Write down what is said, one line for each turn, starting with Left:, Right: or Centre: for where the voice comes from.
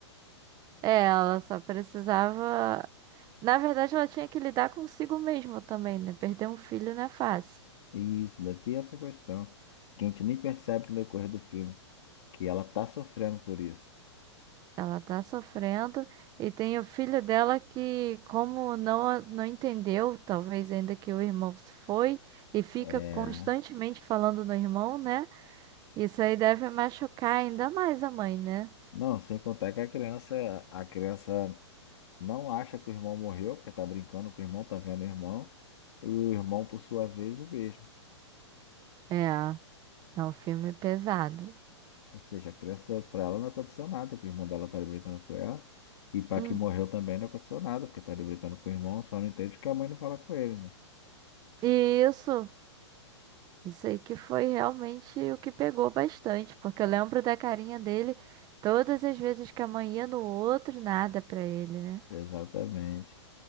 Right: É, ela só precisava. Na verdade, ela tinha que lidar consigo mesma também, né? Perder um filho não é fácil.
Left: Isso, ainda tem essa questão, que a gente nem percebe no decorrer do filme, que ela tá sofrendo por isso.
Right: Ela tá sofrendo e tem o filho dela que, como não, não entendeu, talvez ainda que o irmão se foi e fica
Left: É...
Right: constantemente falando no irmão, né? Isso aí deve machucar ainda mais a mãe, né?
Left: Não, sem contar que a criança, a criança não acha que o irmão morreu, porque tá brincando com o irmão, tá vendo o irmão, e o irmão, por sua vez, o mesmo.
Right: É, é um filme pesado.
Left: Ou seja, a criança, pra ela não aconteceu nada, porque o irmão dela tá ali brincando com ela, e pra
Right: Uhum.
Left: que morreu também não aconteceu nada, porque tá ali brincando com o irmão, só não entende que a mãe não fala com ele, né?
Right: E isso. Isso aí que foi realmente o que pegou bastante, porque eu lembro da carinha dele todas as vezes que a mãe ia no outro, nada pra ele, né?
Left: Exatamente.